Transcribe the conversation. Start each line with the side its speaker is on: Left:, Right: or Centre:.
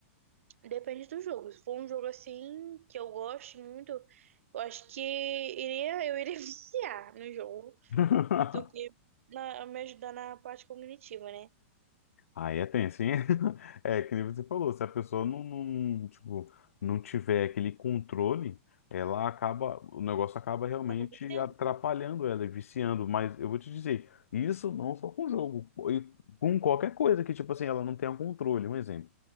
Right: depende do jogo. Se for um jogo assim, que eu gosto muito, eu acho que iria, eu iria <laughs> viciar no jogo
Left: <laughs>
Right: do que na- me ajudar na parte cognitiva, né?
Left: Aí é tenso, hein? <laughs> É, que nem você falou, se a pessoa não, não, tipo, não tiver aquele controle, ela acaba, o negócio acaba realmente
Right: Tava viciando?
Left: atrapalhando ela e viciando. Mas eu vou te dizer, isso não só com jogo, e com qualquer coisa que, tipo assim, ela não tenha controle. Um exemplo.